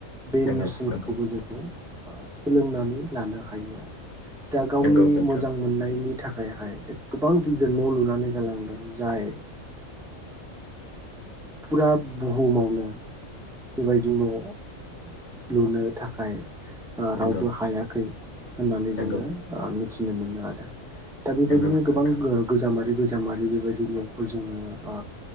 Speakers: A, in the centre; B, on the left.
A: बे
B: नंगौ
A: नेरसोनखौबो
B: नंगौ
A: जोङो सोलोंनानै लानो हायो आरो। दा गावनि
B: नंगौ नोंथां
A: मोजां मोननायनि नि थाखायहाय गोबां गिदिर न' लुनानै गालांदों जाय फुरा बुहुमावनो बेबायदि न'आव लुनो थाखाय
B: नंगौ
A: रावबो हायाखै होननानै
B: नंगौ
A: जोङो मिथि मिथिनो मोनो आरो दा बेबायदिनो
B: नंगौ नोंथां
A: गोबां गोजाम आरो गोजाम बिजामारि बेबायदि मेगखौ जोङो ओ